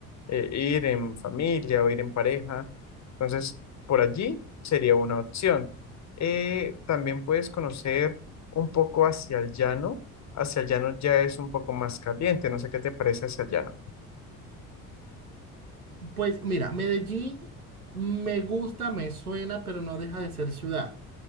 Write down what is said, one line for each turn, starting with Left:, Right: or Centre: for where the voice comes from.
Left: eh, ir en familia o ir en pareja. Entonces, por allí sería una opción. Eh, también puedes conocer un poco hacia el llano. Hacia el llano ya es un poco más caliente. No sé qué te parece hacia el llano.
Right: Pues mira, Medellín me gusta, me suena, pero no deja de ser ciudad.